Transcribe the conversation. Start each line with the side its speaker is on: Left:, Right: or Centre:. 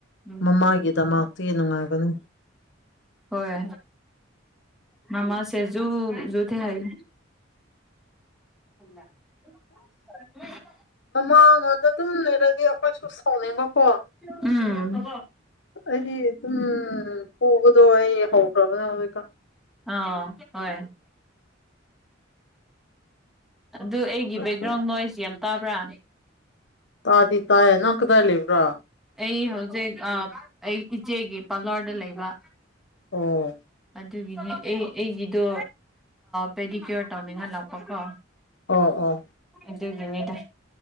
Centre: ꯎꯝ
Left: ꯃꯃꯥꯒꯤꯗꯃꯛꯇꯤ ꯅꯨꯡꯉꯥꯏꯕꯅꯤ
Centre: ꯍꯣꯏ ꯃꯥꯃ ꯁꯦꯖꯨ ꯌ ꯊ ꯍꯥꯏꯥꯏ ꯎꯃ <unintelligible>
Left: ꯃꯉꯣꯟꯗ ꯑꯗꯨꯝ ꯂꯩꯔꯗꯤ ꯑꯩꯈꯣꯏꯁꯨ ꯁꯥꯎꯅꯤꯡꯕꯀꯣ
Centre: ꯎꯝ
Left: ꯑꯩꯗꯤ ꯑꯗꯨꯝ ꯐꯨꯕꯗꯣ ꯑꯩ ꯍꯧꯈ꯭ꯔꯕꯅ ꯍꯧꯖꯤꯛꯀꯥꯟ
Centre: ꯑꯥ ꯍꯣꯏ ꯑꯗꯨ ꯑꯩꯒꯤ
Left: ꯑꯗꯨ
Centre: ꯕꯦꯛꯒ꯭ꯔꯥꯎꯟ ꯅꯣꯏꯖꯁꯤ ꯌꯥꯝ ꯇꯥꯕ꯭ꯔꯥ
Left: ꯇꯥ ꯇ ꯍꯥꯏ ꯅ ꯀꯗꯥꯏꯂꯤꯦꯕ꯭ꯔꯥ
Centre: ꯑꯩ ꯍꯧꯖꯤꯛ ꯑꯩ ꯏꯆꯦꯒꯤ ꯄꯥꯔꯂꯔꯗ ꯂꯩꯕ
Left: ꯑꯣ
Centre: ꯑꯗꯨꯒꯤꯅꯤ ꯑꯩ ꯑꯩꯒꯤꯗꯣ ꯄꯦꯗꯤꯀ꯭ꯌꯣꯔ ꯇꯧꯅꯤꯡꯍꯜ ꯂꯥꯛꯄꯀꯣ
Left: ꯑꯣ ꯑꯣ
Centre: ꯑꯗꯨꯒꯤꯅꯤꯗ